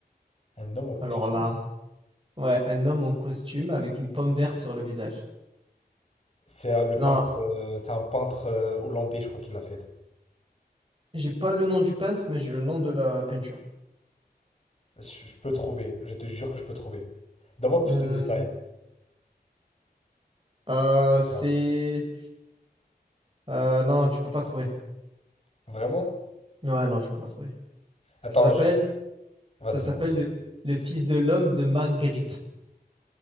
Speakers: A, on the left; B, on the right.
A: Un homme en costume.
B: Alors là, ouais, un homme en costume avec une pomme verte sur le visage.
A: C'est euh, le
B: Non,
A: peintre, euh, c'est un peintre euh, hollandais, je crois qu'il l'a fait.
B: j'ai pas le nom du peintre, mais j'ai le nom de la peinture.
A: Je, je peux trouver. Je te jure que je peux trouver. Donne-moi plus
B: Hum,
A: de détails.
B: euh, c'est...
A: Non.
B: euh, non, tu peux pas trouver.
A: Vraiment?
B: Ouais, non, je peux pas trouver.
A: Attends,
B: Ça s'appelle,
A: juste. Vas-y,
B: ça s'appelle
A: vas-y.
B: le, le fils de l'homme de Magritte.